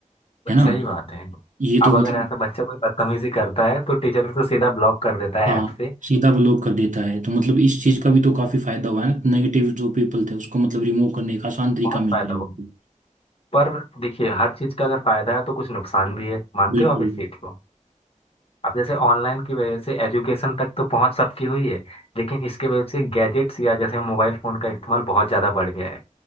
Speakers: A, on the right (about 70°); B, on the left (about 45°).
A: है ना
B: सही बात है
A: ये
B: अब
A: तो
B: अगर
A: मतलब
B: ऐसा बच्चा कोई बदतमीजी करता है तो टीचर उसे सीधा ब्लॉक कर देता है
A: हाँ
B: ऐप से
A: सीधा ब्लॉक कर देता है तो मतलब इस चीज का भी तो काफी फायदा हुआ है ना नेगेटिव जो पीपल थे उसको मतलब रिमूव करने का आसान तरीका
B: बहुत
A: मिल
B: फायदा
A: गया
B: होगा पर देखिए हर चीज का अगर फायदा है तो कुछ नुकसान भी है मानते
A: बिल्कुल
B: हो आप इस चीज को अब जैसे ऑनलाइन की वजह से एजुकेशन तक तो पहुंच सबकी हुई है लेकिन इसके वजह से गैजेट्स या जैसे मोबाइल फोन का इस्तेमाल बहुत ज्यादा बढ़ गया है